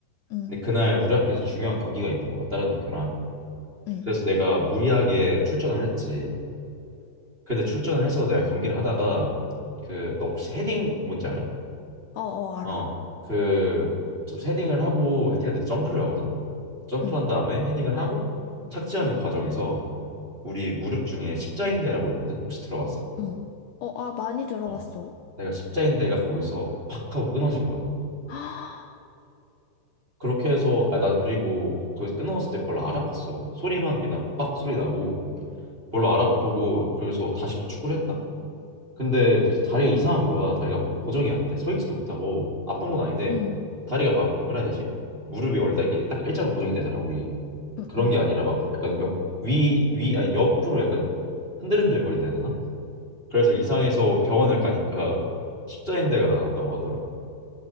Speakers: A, on the left; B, on the right.
A: 응,
B: 근데 그날 우리 학교에서 중요한 경기가 있는 거야. 다른 학교랑.
A: 응.
B: 그래서 내가 무리하게 출전을 했지. 근데 출전을 해서 내가 경기를 하다가 그 너 혹시 헤딩 뭔지 알아?
A: 어, 어,
B: 어.
A: 알아.
B: 그 저- 헤딩을 하고 헤딩할 때 점프를 하거든. 점프한
A: 응,
B: 다음에 헤딩을 하고 착지하는 과정에서 우리 무릎 중에 십자인대라고 있거든. 혹시 들어봤어?
A: 응. 어, 아, 많이 들어봤어.
B: 어. 내가 십자인대가 거기서 팍 하고 끊어진 거야.
A: <gasps>
B: 그렇게 해서 아 나 그리고 거기서 끝나왔을 때 별로 안 아팠어 소리만 그냥 빡 소리 나고 별로 안 아프고 그래서 다시 또 축구를 했다 근데 다리가 이상한 거야 다리가 뭐 고정이 안 돼 서 있지도 못하고 아픈 건 아닌데
A: 응,
B: 다리가 막 뭐라 해야 되지 무릎이 원래 다 이렇게 딱 일자로 고정이 되잖아 우리
A: 응,
B: 그런
A: 응.
B: 게 아니라 막 약간 옆, 위, 위 아니 옆으로 약간 흔들흔들 거린다 해야 되나 그래서 이상해서 병원을 가니까 십자인대가 나갔다고 하더라고